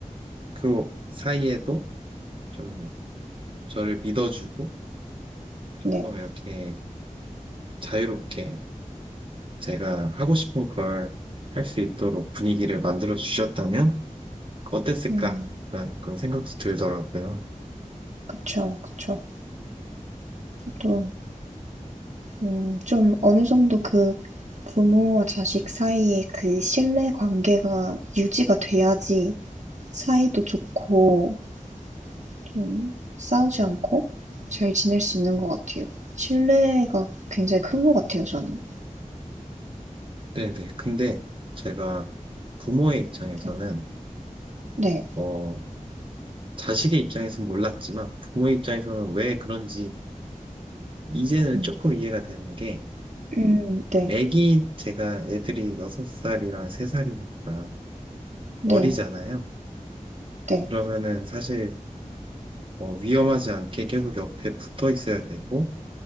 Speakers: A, on the right; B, on the right.
A: 그 사이에도 좀 저를 믿어주고 조금
B: 네.
A: 이렇게 자유롭게 제가 하고 싶은 걸 할 수 있도록 분위기를 만들어 주셨다면 어땠을까라는
B: 음.
A: 그런 생각도 들더라고요.
B: 그쵸, 그쵸. 저도 음, 좀 어느 정도 그 부모와 자식 사이에 그 신뢰 관계가 유지가 돼야지 사이도 좋고 좀 싸우지 않고 잘 지낼 수 있는 것 같아요. 신뢰가 굉장히 큰 것 같아요, 저는.
A: 네네. 근데 제가 부모의 입장에서는
B: 네, 네,
A: 어 자식의 입장에서는 몰랐지만 부모의 입장에서는 왜 그런지 이제는
B: 음,
A: 조금 이해가 되는 게
B: 음, 네,
A: 애기 제가 애들이 6살이랑 3살이니까
B: 네,
A: 어리잖아요.
B: 네,
A: 그러면은 사실 어, 위험하지 않게 계속 옆에 붙어 있어야 되고